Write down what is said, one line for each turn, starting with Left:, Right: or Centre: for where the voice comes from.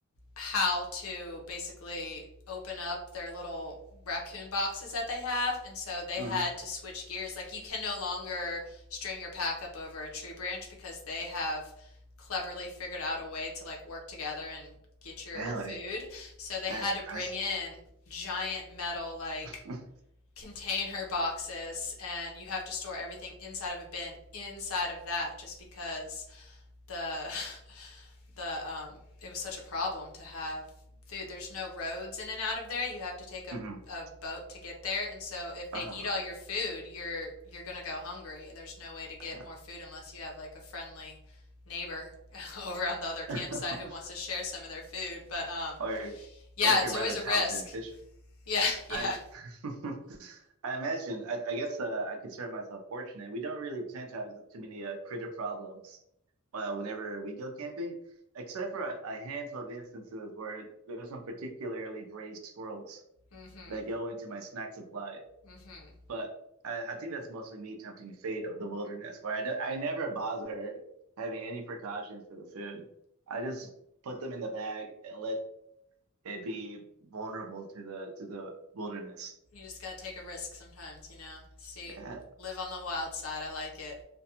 Left: how to basically open up their little raccoon boxes that they have. And so they
Right: hmm
Left: had to switch gears. Like you can no longer string your pack up over a tree branch because they have cleverly figured out a way to like work together and get your
Right: Really?
Left: food. So they
Right: That
Left: had
Right: is impressive.
Left: to bring in giant metal like
Right: <laughs>
Left: container <laughs> boxes and you have to store everything inside of a bin inside of that just because the the um, it was such a problem to have food. There's no roads in and out of there. You have to take a,
Right: hmm
Left: a boat to get there. And so if they
Right: Oh,
Left: eat all your food, you're you're gonna go hungry, and there's no way to get
Right: yeah.
Left: more food unless you have like a friendly neighbor <laughs> over on the other campsite
Right: <laughs>
Left: who wants to share some of their food. But um,
Right: Or,
Left: yeah,
Right: or if
Left: it's
Right: you're rather
Left: always a
Right: talented
Left: risk.
Right: in fishing.
Left: Yeah, <laughs> yeah.
Right: I'm, <laughs> I imagine, I, I guess uh, I consider myself fortunate. We don't really tend to have too many uh, critter problems uh, whenever we go camping, except for a, a handful of instances where there's some particularly brave squirrels
Left: Mm-hmm.
Right: that go into my snack supply.
Left: Mm-hmm.
Right: But I, I think that's mostly me tempting fate of the wilderness, where I, do, I never bother having any precautions for the food. I just put them in the bag and let it be vulnerable to the to the wilderness.
Left: You just gotta take a risk sometimes, you know. See,
Right: Yeah,
Left: live on the wild side. I like it.